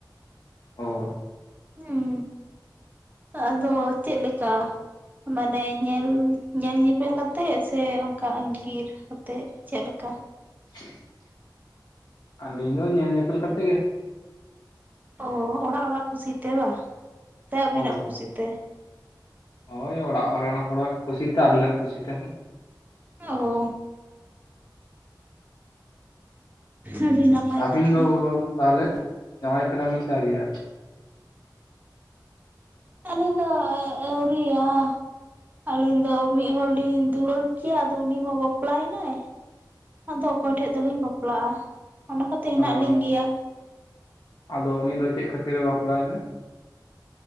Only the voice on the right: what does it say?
ᱦᱮᱸ ᱟᱫᱚ ᱪᱮᱫ ᱞᱮᱠᱟᱹ᱾ ᱢᱟᱱᱮ ᱧᱮᱞ ᱧᱮᱞ ᱧᱮᱯᱮᱞ ᱠᱟᱛᱮᱜ ᱥᱮ ᱚᱱᱠᱟ ᱟᱜᱤᱨ ᱠᱟᱛᱮᱫ? ᱪᱮᱫ ᱞᱮᱠᱟ
ᱚ ᱚᱲᱟᱜ ᱚᱲᱟᱜ ᱠᱩᱥᱤᱛᱮ ᱵᱟ ᱥᱮ ᱟᱹᱵᱤᱱᱟᱜ
ᱠᱩᱥᱤᱛᱮ?
ᱚ ᱦᱳ᱾ ᱟᱹᱰᱤ ᱱᱟᱯᱟᱭ
ᱠᱟᱛᱷᱟ
ᱟᱹᱞᱤᱧ ᱫᱚ ᱮ ᱟᱣᱨᱤᱭᱟ᱾ ᱟᱞᱤᱧ ᱫᱚ ᱢᱤᱫ ᱦᱚᱲᱞᱤᱧ ᱫᱩᱞᱟᱹᱲ ᱠᱮᱭᱟ ᱟᱫᱚ ᱩᱱᱤ ᱢᱟ ᱵᱟᱯᱞᱟᱭᱱᱟᱭ᱾ ᱟᱫᱚ ᱚᱠᱚᱭ ᱴᱷᱮᱡ ᱫᱚᱞᱤᱧ ᱵᱟᱯᱞᱟᱜ-ᱟ ᱚᱱᱟ ᱠᱷᱟᱹᱛᱮ ᱦᱮᱱᱟᱜ
ᱞᱤᱧ ᱜᱮᱭᱟ᱾